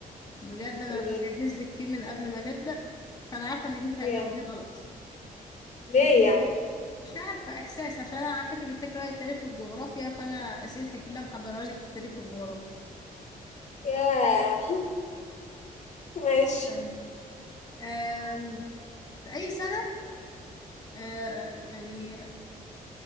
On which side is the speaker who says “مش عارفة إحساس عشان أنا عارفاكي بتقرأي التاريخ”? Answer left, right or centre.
Left